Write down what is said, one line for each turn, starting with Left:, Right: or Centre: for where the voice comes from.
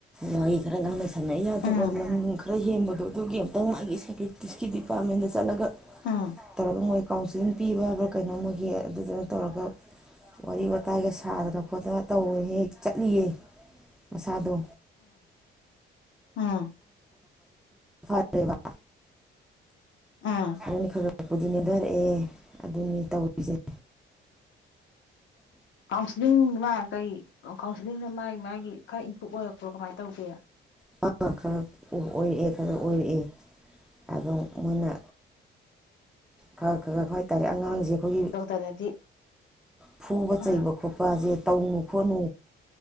Centre: ꯃꯥꯒꯤ ꯈꯔ ꯉꯥꯡꯅ ꯁꯅꯩ
Left: ꯎꯝ
Centre: ꯐꯠꯇꯕ ꯂꯝ ꯈꯔ ꯍꯦꯟꯕꯗꯣ ꯑꯗꯨꯒꯤ ꯑꯃꯨꯛꯇꯪ ꯃꯥꯒꯤ ꯁꯥꯏꯀꯦꯛꯇꯤꯁꯀꯤꯗꯤ ꯐꯝꯃꯤꯅ ꯆꯂꯒ
Left: ꯎꯝ
Centre: ꯇꯧꯔꯒ ꯃꯣꯏ ꯀꯥꯎꯟꯁꯤꯂꯤꯡ ꯄꯤꯕ ꯍꯥꯏꯕ꯭ꯔꯥ ꯀꯩꯅꯣ ꯃꯣꯏꯒꯤ ꯑꯗꯨꯗꯨꯅ ꯇꯧꯔꯒ ꯋꯥꯔꯤ ꯋꯥꯇꯥꯏꯒ ꯁꯥꯗꯅ ꯈꯣꯠꯇꯅ ꯇꯧ ꯍꯦ ꯍꯦꯛ ꯆꯠꯂꯤꯌꯦ ꯃꯁꯥꯗ
Left: ꯑꯥ
Centre: ꯠꯇꯕ
Left: ꯎꯝ
Centre: ꯑꯅꯤ ꯈꯒꯔꯄꯗꯤꯅꯦꯗꯔ ꯑꯦꯦ ꯑꯗꯨꯅꯤ ꯇꯧꯕꯤꯖꯩ
Left: ꯀꯥꯎꯟꯁꯤꯂꯤꯡ ꯃꯥ ꯀꯩ ꯀꯥꯎꯟꯁꯤꯂꯤꯡꯅ ꯃꯥꯒꯤ ꯃꯥꯒꯤ ꯈꯔ ꯏꯝꯄ꯭ꯔꯨꯞ ꯑꯣꯏꯔꯛꯄ꯭ꯔꯣ ꯀꯃꯥꯏꯅ ꯇꯧꯒꯦ
Centre: ꯈꯔ ꯑꯣꯏꯔꯛꯑꯦ ꯈꯔ ꯑꯣꯏꯔꯛꯑꯦ ꯑꯗꯣ ꯃꯣꯏꯅ ꯈꯔ ꯈꯔ ꯈ ꯍꯥꯏꯇꯥꯔꯦ ꯑꯉꯥꯡꯁꯤꯡ ꯑꯩꯈꯣꯏꯒꯤ
Left: ꯗꯣꯛꯇꯔꯅꯗꯤ
Centre: ꯐꯨꯕ
Left: ꯑꯥ
Centre: ꯆꯩꯕ ꯈꯣꯠꯄꯁꯦ ꯇꯧꯅꯨ ꯈꯣꯠꯅꯨ